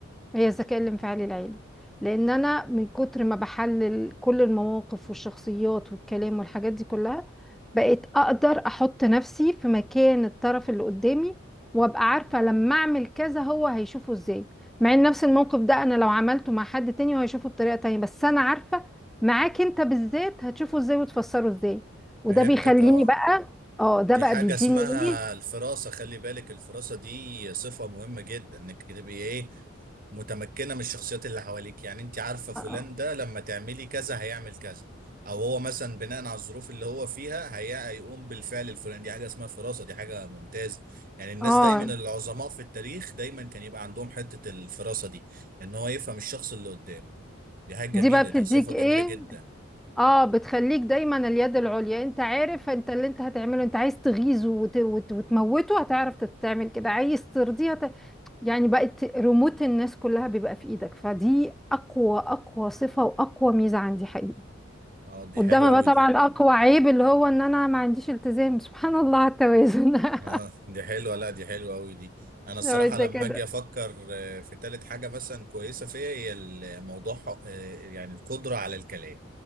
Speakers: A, in the centre; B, on the right.
A: هي الذكاء الانفعالي العالي لان انا من كتر ما بحلل كل المواقف والشخصيات والكلام والحاجات دي كلها بقيت اقدر احط نفسي في مكان الطرف اللي قدامي وابقى عارفة لما اعمل كذا هو هيشوفه ازاي مع ان نفس الموقف ده انا لو عملته مع حد تاني هو هيشوفه بطريقة تانية بس انا عارفة معاك انت بالذات هتشوفه ازاي وتفسره ازاي وده
B: فهمتك
A: بيخليني
B: اه
A: بقى اه ده
B: دي
A: بقى
B: حاجة
A: بيديني
B: اسمها
A: ايه
B: الفراسة خلي بالك الفراسة دي صفة مهمة جدا انك تبقي ايه متمكنة من الشخصيات اللي حواليك يعني انت عارفة فلان
A: اه
B: ده لما تعملي كذا هيعمل كذا او هو مثلا بناء على الظروف اللي هو فيها هي- هيقوم بالفعل الفلاني دي حاجة اسمها فراسة دي حاجة ممتازة يعني الناس
A: آه، آه،
B: دايما العظماء في التاريخ دايما كان يبقى عندهم حتة الفراسة دي ان هو يفهم الشخص اللي قدامه دي حاجة جميلة
A: دي بقى بتديك
B: دي صفة جميلة
A: ايه
B: جدا
A: اه بتخليك دايما اليد العليا انت عارف انت اللي انت هتعمله انت عايز تغيظه وت... وت... وتموته هتعرف تعمل كده عايز ترضيه هت... يعني بقت ريموت الناس كلها بيبقى في ايدك فدي اقوى اقوى صفة واقوى ميزة عندي حقيقي
B: اه دي
A: قدامها
B: حلوة أوي
A: بقى طبعا
B: دي
A: اقوى عيب اللي هو ان انا ما عنديش التزام سبحان الله على التوازن <laughs>
B: اه دي حلوة لا دي حلوة أوي دي أنا الصراحة
A: لو انت
B: لما
A: كده
B: أجي أفكر آه، في تالت حاجة مثلا كويسة فيا هي الموضوع آه، يعني القدرة على الكلام